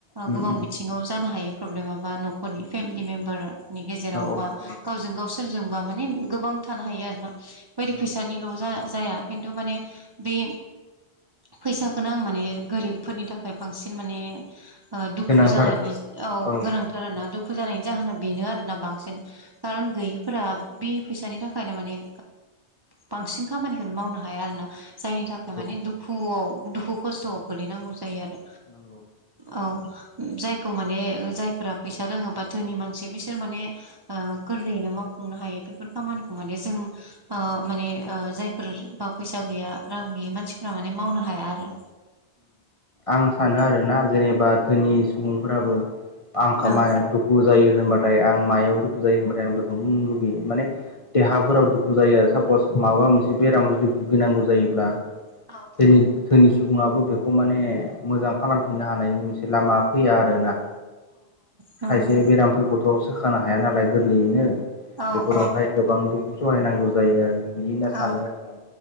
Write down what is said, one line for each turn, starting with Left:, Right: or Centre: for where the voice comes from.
Left: उम
Right: गोबां
Left: उम
Right: बिथिङाव जानो हायो प्रब्लेम बा न'खरनि फेमिलि मेम्बारनि गेजेराव
Left: औ औ
Right: बा
Left: औ
Right: गावजों गाव सोरजोंबा माने गोबां थानो हायो आरो ना बे बायदि
Left: नंगौ
Right: फैसानिल' जा जाया खिन्थु माने बे फैसाखौनो आं माने गोरिबफोरनि थाखाय बांसिन माने दुखु
Left: गोनांथार
Right: जानायनि
Left: औ
Right: गोनां थार ना दुखु जानायनि जाहोना बेनो आरोना बांसिन खारन गैयिफोरा बे फैसानि थाखायनो माने बांसिन खामानिखौनो मावनो हाया आरोोना जायनि थाखाय
Left: नंगौ
Right: माने दुखुआव दुखु खस्थ'आव गोलैनांगौ जायो आरो
Left: नंगौ
Right: औ जायखौ माने जायफोरा फैसा रोङो बा धोनि मानसि बिसोर माने ओ गोरलैयैनो मावफुंनो हायो बेफोर खामानिखौ माने जों ओ माने ओ जायफोर बा फैसा गैया रां गैयि मानसिफोरा माने मावनो हाया आरो
Left: आं सानो आरो ना जेनेबा धोनि सुबुंफोराबो आंखा
Right: औ
Left: माइ दुखु दुखु जायो होनबाथाय आं मायाव दुखु जायो होनबाथाय आं बेखौनो बुंनो लुबैयो माने देहाफोराव दुखु जायो आरो सापस माबा मोनसे बेराम जुदि भुगिनांगौ जायोब्ला।
Right: औ
Left: जोंनि जोनि सुबुङाबो बेखौ माने मोजां खालामफिननो हानायनि मोनसे लामा फैया आरो ना
Right: नंगौ
Left: खायसे बेरामफोरखौथ' सोखानो हाया नालाय गोरलैयैनो
Right: औ
Left: बेफोरावहाय
Right: औ
Left: गोबां दुखु सहायनांगौ जायो आरो बिदि होनना सानो
Right: औ
Left: आरो आं